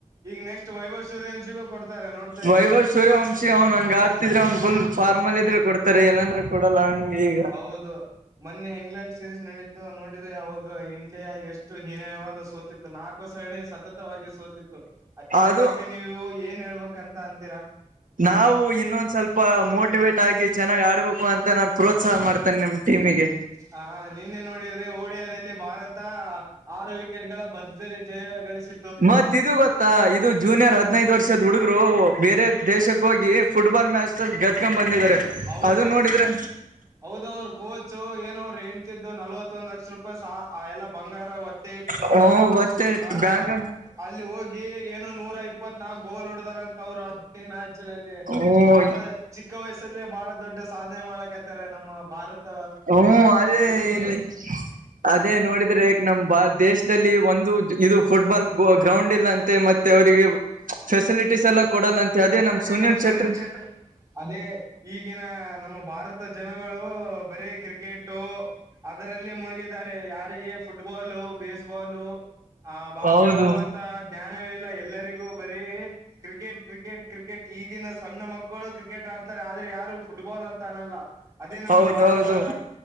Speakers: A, on the right; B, on the right.
A: ಈಗ ನೆಕ್ಸ್ಟ್ ವೈಭವ್ ಸೂರ್ಯವಂಶಿಗೂ ಕೊಡ್ತಾರ ನೋಡ್ತಾರಿ
B: ವೈಭವ್ ಸೂರ್ಯವಂಶಿ ಅವ್ನ್ ಹಂಗ ಆಡ್ತಿದ್ರೆ ಅವ್ನ್ ಫುಲ್ ಫಾರ್ ಅಲ್ಲ ಇದ್ರೆ ಕೊಡ್ತಾರೆ ಇಲ್ಲಾಂದ್ರೆ ಕೊಡಲ್ಲ ಹಂಗ ಈಗ
A: ಹೌದು ಮೊನ್ನೆ ಇಂಗ್ಲೆಂಡ್ ಸೀರೀಸ್ ನಡೀತು ನೋಡಿದ್ರೆ ಅವಾಗ ಇಂಡಿಯಾ ಎಷ್ಟ ಎಷ್ಟು ಹೀನಯವಾದ ಸೋತಿತ್ತು ನಾಲ್ಕು ಸರಣಿ ಸತತವಾಗಿ ಸೋತಿತ್ತು ಇದ್ರ
B: ಅದು
A: ಬಗ್ಗೆ ನೀವು ಏನ್ ಹೇಳ್ಬೇಕ್ಂತಿರಾ
B: ನಾವು ಇನ್ನೊಂದ ಸ್ವಲ್ಪ ಮೋಟಿವೇಟ್ ಆಗಿ ಚೆನ್ನಾಗಿ ಆಡ್ಬೇಕು ಅಂತ ನಾನ್ ಪ್ರೋತ್ಸಾಹ ಮಾಡ್ತೇನೆ ನಿಮ್ ಟೀಮಿಗಿ
A: ಹಾ ನಿನ್ನೆ ನೋಡಿದ್ರೆ ಓಡಿಯಾದಲ್ಲಿ ಭಾರತ ಆರು ವಿಕೆಟ್ ಗಳ ಭರ್ಜರಿ ಜಯ ಗಳಿಸಿ
B: ಮತ್ ಇದು ಗೊತ್ತಾ ಇದು ಜೂನಿಯರ್ ಹದಿನೈದ ವರ್ಷದ್ ಹುಡುಗರು ಬೇರೆ ದೇಶಕ್ ಹೋಗಿ ಫುಟ್ಬಾಲ್ ಮ್ಯಾಚದಲಿ ಗೆದ್ದಕೊಂಡ್ ಬಂದಿದ್ದಾರೆ
A: ಹೌದು
B: ಅದು ನೋಡಿದ್ರೆ
A: ಹೌದು ಅವ್ರ ಕೋಚು ಏನ ಅವರ ಎಂಡತಿದ್ದು ನಲ್ವತ್ತೊಂದು ಲಕ್ಷ ರೂಪಾಯಿ <unintelligible> ಎಲ್ಲಾ ಬಂಗಾರ ಒತ್ತಿ ಇಟ್ಟು
B: ಹ್ಮ ಮತ್ತೆ
A: ಹ
B: ಬ್ಯಾಂಕ್
A: ಅಲ್ಲಿ ಹೋಗಿ ಏನೋ ನೂರ ಇಪ್ಪತ್ ನಾಲ್ಕು ಗೋಲ್ ಹೊಡದಾರಂತ ಅವ್ರು ಮ್ಯಾಚಲ್ಲಿ
B: ಹ್ಮ
A: ಬಹಳ ಚಿಕ್ಕ ವಯಸ್ಸಿನಲ್ಲೇ ಬಹಳ ದೊಡ್ಡ ಸಾಧನೆ ಮಾಡಕತ್ತ ನಮ್ಮ ಭಾರತ
B: ಹ್ಮ ಅದೇ
A: ಹುಡುಗುರು
B: ಇಲ್ಲಿ ಅದೇ ನೋಡಿದ್ರೆ ಈ ನಮ್ ಬ ದೇಶದಲ್ಲಿ ಒಂದು ಇದು ಫುಟ್ಬಾಲ್ ಗ್ರೌಂಡ್ ಇಲ್ಲಾ ಮತ್ತೆ ಮತ್ತೆ ಅವರಿಗೆ ಫೆಸಿಲಿಟೀಸ್ ಎಲ್ಲಾ ಕೊಡಲ್ಲಂತೆ
A: ಅಂತೆ
B: ನಮ್
A: ಅದೇ
B: ಸುನೀಲ್
A: ನಮ ಸುನಿಲ್
B: ಚಟ್ರಿ
A: ಚೆಟ್ರಿ ಅದೇ ಈಗಿನ ನಮ್ಮ ಭಾರತ ಜನಗಳು ಬರೀ ಕ್ರಿಕೆಟು ಅದರಲ್ಲೇ ಮುಳುಗಿದ್ದಾರೆ ಯಾರಿಗೆ ಫುಟ್ಬಾಲು ಬೇಸ್ಬಾಲು ಆ ಬಾಸ್ಕೆಟ್
B: ಹೌದು
A: ಬಾಲ್ ಅಂತ ಜ್ಞಾನವೇ ಇಲ್ಲ ಎಲ್ಲರಿಗೂ ಬರೀ ಕ್ರಿಕೆಟ್ ಕ ಕ್ರಿಕೆಟ್ ಕ್ರಿಕೆಟ್ ಈಗಿನ ಸಣ್ಣ ಮಕ್ಕಳು ಕ್ರಿಕೆಟ್ ಆಡ್ತಾರೆ ಆದ್ರೆ ಯಾರು ಫುಟ್ಬಾಲ್ ಅಂತ ಅನ್ನಲ್ಲಾ ಅದೇ ನಮ್ಮ
B: ಹೌದೌದು
A: ಭಾರತದ